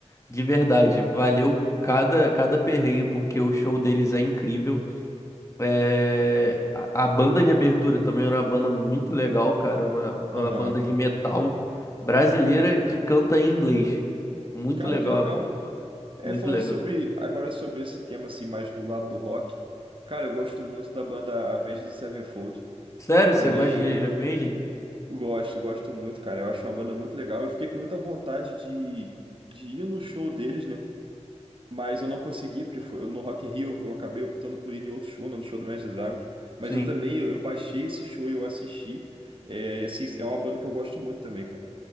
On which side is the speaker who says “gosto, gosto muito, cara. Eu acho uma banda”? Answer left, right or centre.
Right